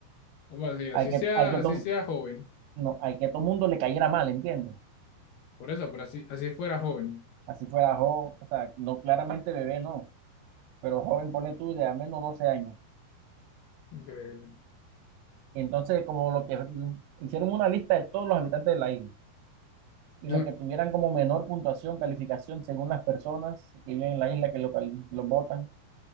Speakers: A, on the left (about 70°); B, on the right (about 90°).
A: Algo así, así
B: al que,
A: sea,
B: al que,
A: así
B: to-
A: sea joven.
B: no, al que todo mundo le cayera mal, ¿entiendes?
A: Por eso, pero así, así fuera joven.
B: Así fuera joven, o sea, no claramente bebé, no, pero joven, pone tú de al menos 12 años.
A: Increíble. <laughs>
B: Y entonces, como lo que hicieron una lista de todos los habitantes de la isla y
A: Sí,
B: lo que tuvieran como menor puntuación, calificación según las personas que viven en la isla que lo, cal- lo votan,